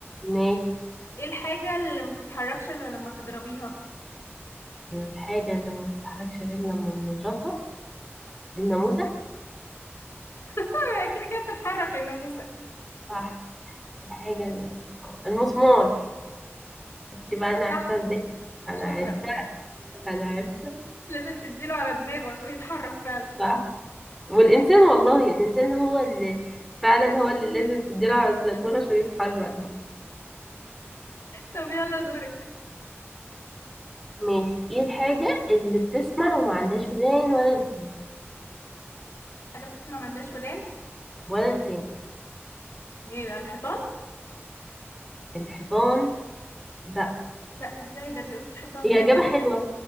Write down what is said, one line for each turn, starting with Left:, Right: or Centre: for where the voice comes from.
Centre: ماشي
Left: ايه الحاجة اللي ما بتتحركش الا لما تضربيها <laughs>
Centre: الحاجة اللي ما بتتحركش غير لما بنضربها الناموس
Left: آه، كده كده بتتحرك يا ناموسة
Centre: صح الحاجة ال- المسمار شفتي بقى أنا عرفتها
Left: صح
Centre: ازاي أنا
Left: شاطرة
Centre: عرفتها أنا عرفتها
Left: لازم تديله على دماغه عشان يتحرك فعلا
Centre: صح والإنسان والله الإنسان هو اللي فعلا هو اللي لازم تديله على دماغه عشان يتحرك بقى
Left: طب يلا دورك
Centre: ماشي ايه الحاجة اللي بتسمع وما عندهاش ودان ولا لسان
Left: حاجة بتسمع ملهاش ودان
Centre: ولا لسان
Left: ايه ده الحيطان
Centre: الحيطان لا
Left: لا ازاي ده بيقولوا الحيطان
Centre: هي
Left: ليها
Centre: إجابة
Left: ودان
Centre: حلوة